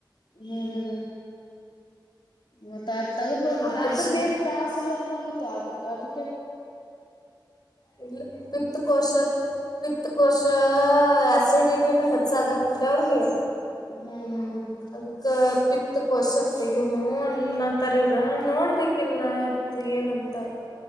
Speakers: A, on the left; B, on the left.
A: ಹ್ಮ್ ಹ್ಮ್ ಹ್ಮ್ ಮತ್ತ. ಆತ ತಗದ ಮೇಲೆ ಸುಮ್ಮ
B: ಆಪರೇಷನ್
A: ಆತ್ರರದ ಏನ್ ತ್ರಾಸ್ ಇಲ್ಲ ಅಂದ್ರ ಮತ್ತ ಅದ ಅದಕ್ಯಾಕ್.
B: ಇಲ್ಲ ಪತ್ತಕೋಶ ಪಿತ್ ಕೋಶ ಆಸಿಡಿಟಿನ ಹೆಚ್ಚ ಅಗಾತೈತಿ. <unintelligible> ಅವರಿಗಿ
A: ಹ್ಮ್ ಹ್ಮ್ ಹ್ಮ್ ಹ್ಮ್
B: ಅದಕ್ಕ. ಪಿತಕೋಶ ತಗೀನು ಅನ್ನತಾರ ಇವರ ನೋಡ್ಬೇಕ ಇನ್ನತ್ ಏನ್ಂತಾರು.